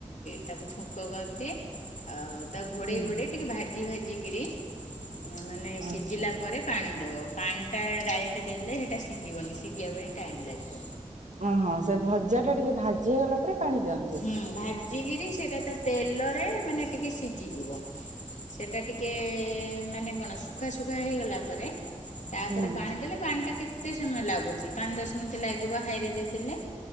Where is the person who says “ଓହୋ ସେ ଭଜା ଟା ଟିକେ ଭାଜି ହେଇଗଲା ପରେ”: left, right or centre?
Right